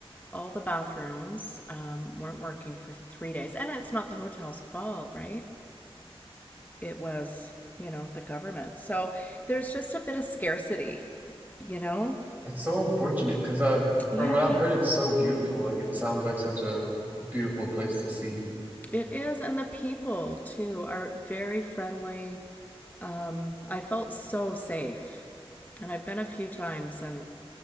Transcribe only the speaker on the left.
all the bathrooms um, weren't working for three days. And it's not the hotel's fault, right? It was, you know, the government. So, there's just a bit of scarcity, you know?
Yeah,
it is. And the people, too, are very friendly. Um, I felt so safe. And I've been a few times and